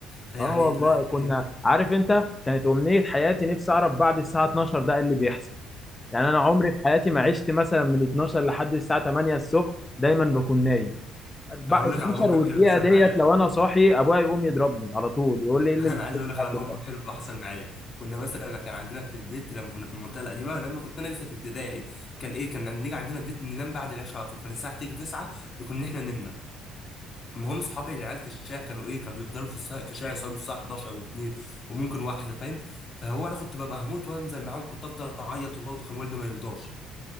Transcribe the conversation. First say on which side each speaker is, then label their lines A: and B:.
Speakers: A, on the left (about 45°); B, on the left (about 20°).
A: فيعني
B: اه والله
A: لا
B: كنا
A: يعني
B: عارف انت كانت امنيه حياتي نفسي اعرف بعد الساعه 12 ده إيه اللي بيحصل يعني انا عمري في حياتي ما عشت مثلا من 12 لحد الساعه 8 الصبح دايما بكون نايم بقى
A: اقول
B: 12
A: لك على موقف
B: والدقيقه
A: حلو حصل
B: ديت
A: معايا
B: لو انا صاحي ابويا يقوم يضربني على طول يقول لي ايه اللي
A: انا
B: انت
A: عايز
B: بتعمله
A: اقول لك على
B: لحد
A: موقف
B: دلوقتي
A: حلو حصل معايا كنا مثلا كان عندنا في البيت لما كنا في المنطقه القديمه لما كنت انا لسه في ابتدائي كان ايه كان نيجي عندنا البيت ننام بعد العشاء على طول فالساعه تيجي 9 يكون احنا نمنا المهم صحابي العيال في الشارع كانوا ايه كانوا بيفضلوا في الصا- في الشارع يصلوا الساعه 11 و2 وممكن واحده فاهم فهو انا كنت ببقى هموت وانزل معاهم كنت افضل اعيط وبرضه كان والدي ما يرضاش